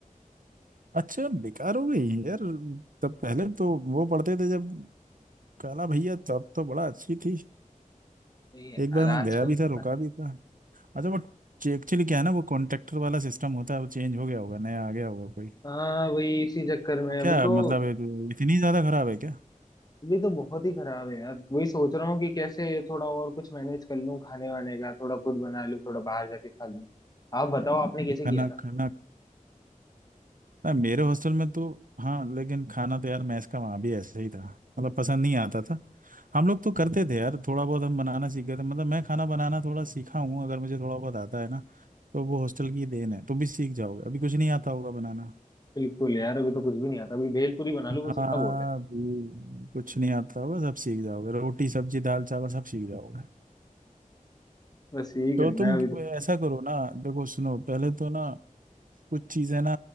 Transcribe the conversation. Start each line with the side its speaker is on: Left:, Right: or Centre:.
Right: अच्छा बेकार हो गई यार तब पहले तो वो पढ़ते थे जब काला भैया तब तो बड़ा अच्छी थी
Left: नहीं यार
Right: एक बार मैं
Left: आजकल
Right: गया भी
Left: तो
Right: था
Left: खा-
Right: रुका भी था अच्छा वो एक्चुअली क्या है ना वो कॉन्ट्रैक्टर वाला सिस्टम होता है वो चेंज हो गया होगा नया आ गया होगा कोई
Left: हाँ वही इसी चक्कर में
Right: तो
Left: अभी
Right: क्या
Left: तो
Right: मतलब ये- इतनी ज्यादा खराब है क्या
Left: अभी तो बहुत ही खराब है यार वही सोच रहा हूँ कि कैसे थोड़ा और कुछ मैनेज कर लूँ खाने वाने का थोड़ा खुद बना लूँ थोड़ा बाहर जाके खा लूँ आप बताओ आपने कैसे
Right: तो खाना
Left: किया था
Right: खाना ना मेरे हॉस्टल में तो हाँ लेकिन खाना तो यार मैस का वहाँ भी ऐसे ही था मतलब पसंद नहीं आता था हम लोग तो करते थे यार थोड़ा बहुत हम बनाना सीख गए थे मतलब मैं खाना बनाना थोड़ा सीखा हूँ अगर मुझे थोड़ा बहुत आता है ना तो वो हॉस्टल की देन है तुम भी सीख जाओगे अभी कुछ नहीं आता होगा बनाना
Left: बिल्कुल यार अभी तो कुछ भी नहीं आता अभी भेलपूरी बना लूँ
Right: हाँ
Left: बस उतना बहुत है
Right: अभी कुछ नहीं आता होगा सब सीख जाओगे रोटी सब्जी दाल चावल सब सीख जाओगे
Left: बस यही करना
Right: तो तुम
Left: है अभी तो
Right: ऐसा करो ना देखो सुनो पहले तो ना कुछ चीजें ना